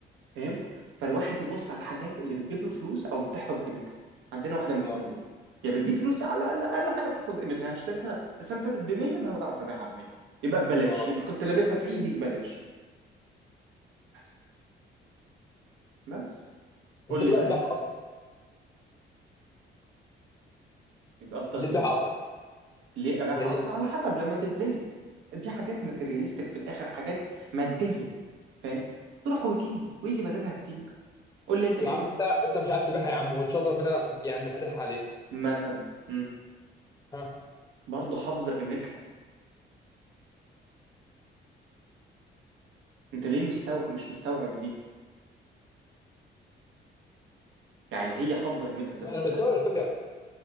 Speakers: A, on the right (about 85°); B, on the left (about 20°).
A: فهمت فالواحد يبص على الحاجات اللي بتجيب له فلوس او بتحفظ قيمتها عندنا واحده من
B: اه
A: الاثنين دول يا بتجيب فلوس على الاقل اقل حاجه بتحفظ قيمتها يعني اشتريتها السنه اللي فاتت ب 100 النهارده اعرف ابيعها ب 100 يبقى ببلاش
B: اه
A: يبقى كنت لابسها في ايدي ببلاش بس بس قول
B: انت ليه
A: لي بقى
B: بقى تبيعها
A: انت
B: اصلا
A: يبقى قصدك
B: ليه تبيعها
A: ايه
B: اصلا
A: ليه ابيعها
B: يعني
A: اصلا على حسب لما تتزنق دي حاجات ماتيرياليستيك في الاخر حاجات ماديه فاهم تروح وتيجي ويجي بدلها كتير قول لي انت ايه
B: يا عم
A: رايك
B: انت انت مش عايز تبيعها يا عم وان شاء الله ربنا يعني فاتحها عليك
A: مثلا امم
B: ها
A: برضه حافظه قيمتها انت ليه مستوعب مش مستوعب دي يعني هي حافظه قيمتها ذات
B: وانا
A: نفسها
B: مستوعب الفكره